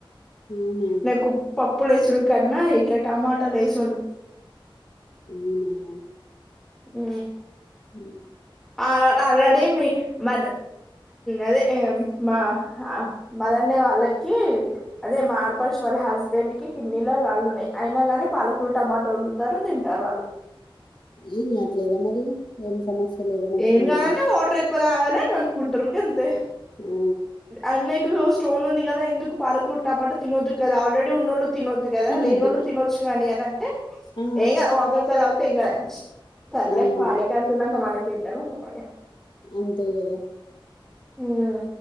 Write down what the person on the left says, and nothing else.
అవునా
హుమ్మ్
హ
ఏం కావట్లేదా మరి ఏం సమస్య లేదా మంచిగా
ఉన్నారు
ఆ
తినొద్దు
ఆ
అవునా
అంతే కదా